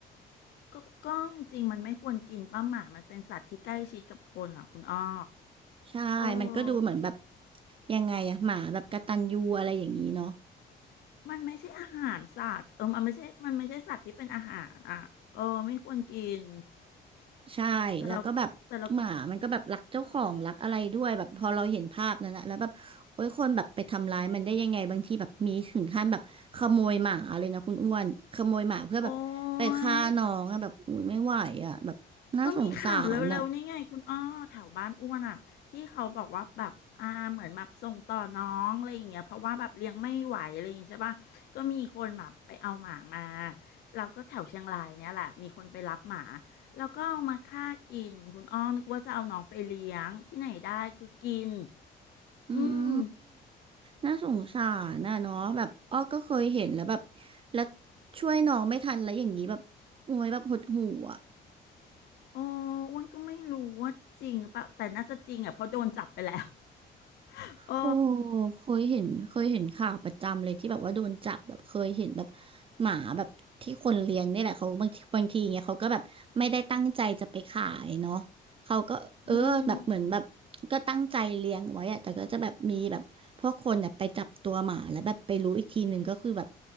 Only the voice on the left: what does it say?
ก็ก็จริงๆมันไม่ควรกินป้าหมามันเป็นสัตว์ที่ใกล้ชิดกับคนอ่ะคุณอ้อ
เออ
มันไม่ใช่อาหารสัตว์เออมันไม่ใช่มันไม่ใช่สัตว์ที่เป็นอาหารอ่ะเออไม่ควรกิน
แต่เราแต่เราก็โอ้ย ก็มีข่าวเร็วๆนี่ไงคุณอ้อแถวบ้านอ้วนอ่ะที่เขาบอกว่าแบบอ่าเหมือนแบบส่งต่อน้องอะไรอย่างเงี้ยเพราะว่าแบบเลี้ยงไม่ไหวอะไรอย่างเงี้ยใช่ป่ะก็มีคนแบบไปเอาหมามาเราก็แถวเชียงรายเนี่ยแหละมีคนไปรับหมาแล้วก็เอามาฆ่ากินคุณอ้อนึกว่าจะเอาน้องไปเลี้ยงที่ไหนได้คือกิน
อืม
โอ้อ้วนก็ไม่รู้ว่าจริงหรือเปล่าแต่น่าจะจริงอ่ะเพราะโดนจับไปแล้ว <laughs> เออ
อืม